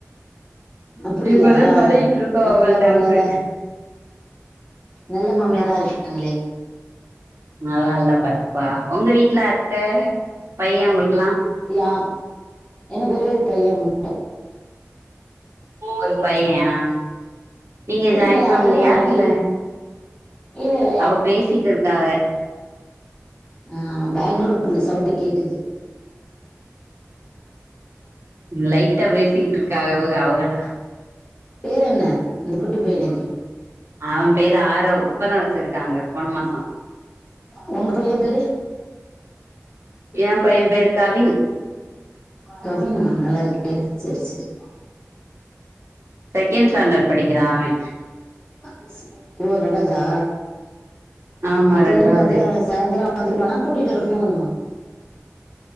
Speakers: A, on the left (about 15°); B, on the right (about 55°).
A: அப்பிடியா
B: இப்பதா பழகிட்டு இருக்கோ
A: நல்ல
B: அவங்கள்ட்ட
A: மாமியாரா
B: இருந்து
A: நல்ல மாமியாரா இருக்காங்களே.
B: அதுலா நல்லா பாத்துப்பா. உங்க வீட்ல அத்த பைய உங்குளுக்குளா?
A: யா எனக்கு ஒரே ஒரு பைய மட்டு.
B: ஒரு பைய ஆ. நீங்க
A: குட்டி
B: ஜாயின்
A: பையன்
B: ஃபேமிலியா
A: அழுகுறான் போலயே
B: இல்ல?
A: இல்ல இல்ல
B: அவ பேசிட்டுருக்காக.
A: ஆ பேக்ரவுண்ல சவுண்டு கேக்குது.
B: லைட்டா பேசிட்டுருக்காகவு அவுகள்லா.
A: பேரென்ன அந்த குட்டி பேபிக்கு.
B: அவ பேரு ஆரவ் இப்பதா வெச்சிருக்காங்க போன மாசோ.
A: உங்க பைய பேரு?
B: எ பைய பேரு கவின்
A: கவினா நல்லா இருக்கு செரி செரி.
B: செகண்ட் ஸ்டாண்டடு படிக்கிறா அவே.
A: அ ஸ் ஓ ரண்டாவ்தா?
B: ஆமா
A: ம் போயிட்டு
B: ரெண்டாவது
A: மதியா சாயந்தரோ வந்துருவானா கூட்டிட்டு வர போகணுமா?